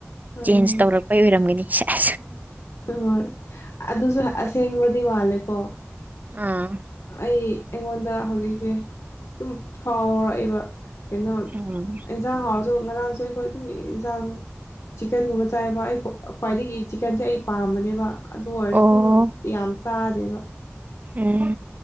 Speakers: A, on the left; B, on the right.
A: ꯎꯝ
B: ꯆꯦꯟꯖ ꯇꯧꯔꯛꯄꯩ ꯑꯣꯏꯔꯝꯒꯅꯤ ꯑ
A: ꯍꯣꯏ ꯑꯗꯨꯁꯨ ꯑꯁꯦꯡꯕꯗꯤ ꯃꯥꯜꯂꯦꯀꯣ
B: ꯑꯥ
A: ꯑꯩ ꯑꯩꯉꯣꯟꯗ ꯍꯧꯖꯤꯛꯁꯦ ꯑꯗꯨꯝ ꯐꯥꯎꯔꯛꯑꯦꯕ ꯀꯩꯅꯣ
B: ꯎꯝ
A: ꯑꯦꯟꯁꯥꯡ ꯍꯥꯎꯔꯁꯨ ꯉꯔꯥꯡꯁꯨ ꯑꯩꯈꯣꯏ ꯑꯗꯨꯝ ꯏꯟꯁꯥꯡ ꯆꯤꯛꯀꯟꯒꯨꯝꯕ ꯆꯥꯏꯕ ꯑꯩ ꯈ꯭ꯋꯥꯏꯗꯒꯤ ꯆꯤꯛꯀꯟꯁꯦ ꯑꯩ ꯄꯥꯝꯕꯅꯦꯕ ꯑꯗꯨ ꯑꯣꯏꯔꯁꯨ
B: ꯑꯣ
A: ꯑꯗꯨꯝ ꯌꯥꯝ ꯆꯥꯗꯦꯕ
B: ꯎꯝ